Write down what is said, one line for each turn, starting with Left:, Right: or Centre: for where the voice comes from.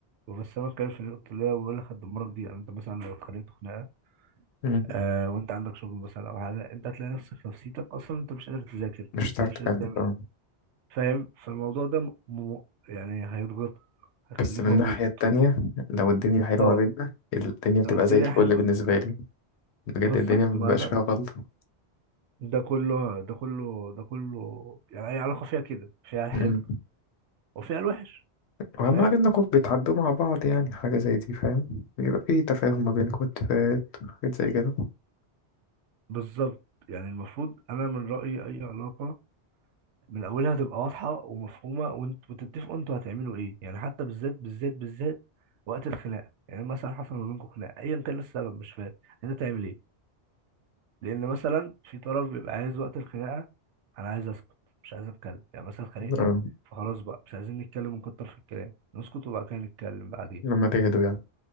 Right: بس انا بتكلم في النقطة اللي هي بقول لك هتدمرك دي يعني انت مثلا لو اتخانقت خناقة
Left: مم.
Right: آه وانت عندك شغل مثلا او حاجة انت هتلاقي نفسك في نفسيتك اصلا انت مش قادر تذاكر
Left: مش هتعرف
Right: يعني مش
Left: تكمل
Right: قادر تعمل
Left: اه
Right: فاهم فالموضوع ده م... م- يعني هيضغطك هيخليك
Left: بس من الناحية
Right: مضغوط
Left: التانية لو الدنيا حلوة
Right: اه
Left: ما بيننا الدنيا بتبقى
Right: لو الدنيا
Left: زي الفل
Right: حلوه
Left: بالنسبة لي بجد
Right: بالظبط
Left: الدنيا مبيبقاش
Right: ما ده
Left: فيها غلطة
Right: ده كله ده كله ده كله يعني اي علاقه فيها كده فيها الحلو
Left: مم.
Right: وفيها الوحش
Left: وأهم
Right: فاهم
Left: حاجة إنكم بتعدوا
Right: بس
Left: مع بعض يعني حاجة زي دي فاهم يبقى في تفاهم ما بينكم اتفاقات حاجات زي كده
Right: بالظبط يعني المفروض انا من رايي اي علاقه من اولها تبقى واضحه ومفهومه وانت وتتفقوا انتوا هتعملوا ايه يعني حتى بالذات بالذات بالذات وقت الخناقه يعني مثلا حصل ما بينكم خناقه ايا كان إيه السبب مش فارق انت تعمل ايه لان مثلا في طرف بيبقى عايز وقت الخناقه انا عايز اسكت مش عايز اتكلم يعني مثلا اتخانقنا
Left: اه
Right: فخلاص بقى مش عايزين نتكلم ونكتر في الكلام نسكت وبعد كده نتكلم بعدين
Left: لما تهدوا يعني